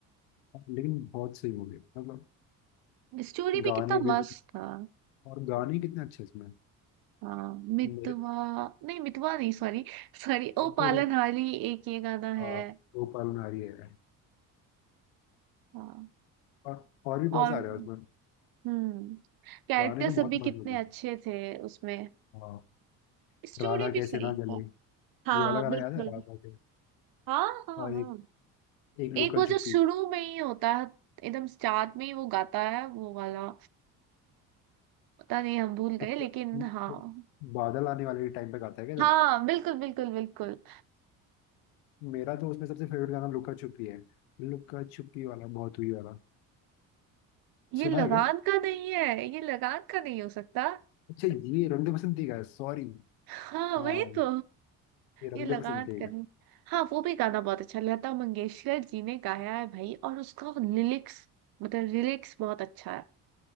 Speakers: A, on the left (about 85°); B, on the right (about 60°).
A: लेकिन बहुत सही मूवी है मतलब
B: स्टोरी भी
A: गाने
B: कितना
A: भी
B: मस्त था
A: और गाने कितने अच्छे इसमें
B: हाँ मितवा
A: मेरे
B: नहीं मितवा नहीं सॉरी सॉरी ओ
A: ऊपर
B: पालनहारी एक ये गाना
A: हाँ
B: है
A: गोपाल नारी है
B: हाँ
A: और और भी बहुत
B: और
A: सारे हैं उसमें
B: हम्म कैरेक्टर
A: गाने तो
B: सब
A: बहुत
B: भी
A: मस्त
B: कितने
A: लगे
B: अच्छे थे उसमें
A: हाँ
B: स्टोरी
A: राधा
B: भी
A: कैसे
B: सही
A: ना जले
B: है हाँ
A: ये वाला गाना
B: बिल्कुल
A: याद है राधा के
B: हाँ हाँ
A: और
B: हाँ
A: एक एक लुका
B: एक वो जो
A: छुपी
B: शुरू में ही होता है एकदम स्टार्ट में ही वो गाता है वो वाला पता नहीं हम भूल गए
A: अच्छा
B: लेकिन हाँ
A: वो बादल आने वाले टाइम पे गाता है क्या जब
B: हाँ बिल्कुल बिल्कुल बिल्कुल
A: मेरा तो उसमें सबसे फेवरेट गाना लुका छुपी है लुका छुपी वाला बहुत हुई वाला
B: ये
A: सुना
B: लगान
A: है क्या
B: का नहीं है ये लगान का नहीं हो सकता
A: अच्छा ये रंग दे बसंती का है सॉरी
B: हाँ
A: हाँ
B: वही तो
A: ये रंग
B: ये लगान
A: दे बसंती
B: का
A: का
B: नहीं
A: है।
B: हाँ वो भी गाना बहुत अच्छा लता मंगेशकर जी ने गाया है भाई और उसका लिरिक्स मतलब लिरिक्स बहुत अच्छा है